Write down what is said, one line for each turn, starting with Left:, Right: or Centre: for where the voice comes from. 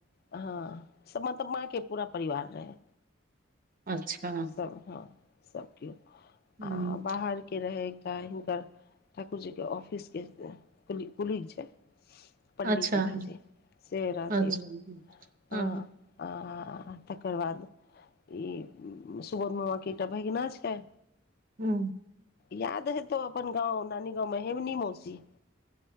Left: हँ, मतलब माँके पूरा परिवार रहै।
Right: अच्छा।
Left: सब हँ, सब केओ
Right: हम्म,
Left: आ बाहरके रहै- ताह हिनकर ठाकुरजीके ऑफिसके कुली छै। पण्डितजी
Right: अच्छा
Left: भाइजी से रहथिन।
Right: अच्छा ओ
Left: हॅं, आ- तकर बाद ई सुबोध मामाके एकटा भगिना छै
Right: हँ।
Left: याद हेतौ अपन गाँव, नानी गाँवमे हेमनी मौसी